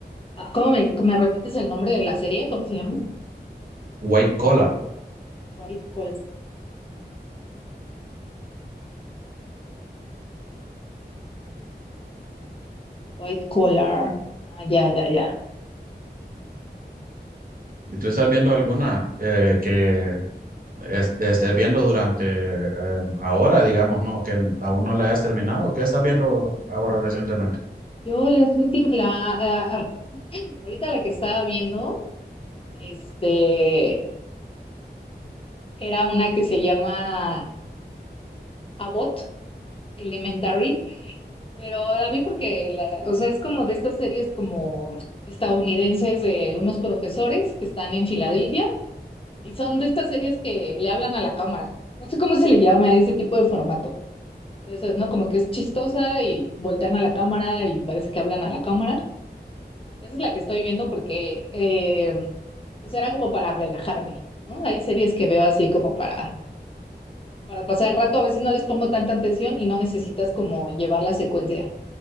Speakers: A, on the left; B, on the right.
A: Ah, ¿Cómo me, me repites el nombre de la serie? ¿Cómo se llama?
B: White Collar.
A: White Collar. White collar. Ah, ya, ya, ya.
B: ¿Y tú estás viendo alguna eh, que es- estés viendo durante eh, ahora, digamos, no, que aún no la hayas terminado? ¿Qué estás viendo ahora recientemente?
A: Yo las últimas, la, ah, ahorita la que estaba viendo, este, era una que se llama Abbott Elementary, pero la vi porque, la- o sea, es como de estas series como estadounidenses de unos profesores que están en Filadelfia y son de estas series que le hablan a la cámara. No sé cómo se le llama a ese tipo de formato. Entonces, ¿no? Como que es chistosa y voltean a la cámara y parece que hablan a la cámara. Esa es la que estoy viendo porque eh, pues era como para relajarme, ¿no? Hay series que veo así como para, para pasar el rato, a veces no les pongo tanta atención y no necesitas como llevar la secuencia,